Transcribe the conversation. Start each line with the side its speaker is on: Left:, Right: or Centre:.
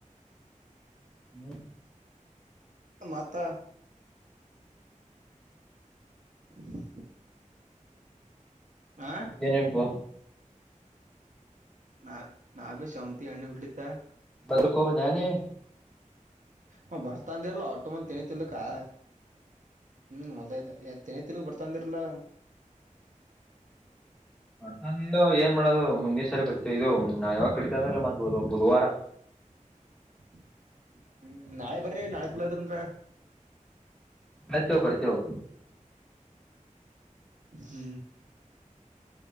Centre: ಹ್ಮ್ಮ.
Right: ಮತ್ತ <inaudible> ಆ
Centre: ಮತ್ತೇನ್ ಇಲ್ಲ ಬ್ರೋ.
Right: ನಾಕ್ ನಾಬಿ ಶಾವಂತಿ ಅಣ್ಣ ಹುಳ್ಳಿತ್ತಾ
Centre: ಬರದ್ಕೋಬಂದ್ಯಾನ್ ನೀ.
Right: ಅವ್ನ ಬರ್ತಾ ಅಂದಿರ್ಲ ಆಟೋ ಮಂದಿ ತಲಿ ತಿನ್ನಲ್ಲಿಕಾ ಹ್ಮ್ ಹೊಲ್ದಾಗಿದ್ದೆ ಎತ್ತ್ ಎತ್ತಿಡು ಬರ್ತನಂದಿರ್ಲಾ
Centre: ಬರ್ತಾ ಏನ್ ಮಾಡೋದು ಮುಂದಿನ ಸರಿ ಬರ್ತೀವಿ ಇದು ನಾ ಯಾವಾಗ ಕರಿತವಿ ಅಂದ್ರೆಲ್ಲ ಮತ್ತ ಬುಧವಾರ.
Right: <inaudible> ಹ್ಮ್ ನಾಳೆ ಬರ್ರಿ ನಾಳೆ ಕುಲ್ಲಾ ಅದಿರಂದ್ರ.
Centre: ಆಯ್ತೊ ಬರ್ತೇವು.
Right: ಹ್ಮ್ಮ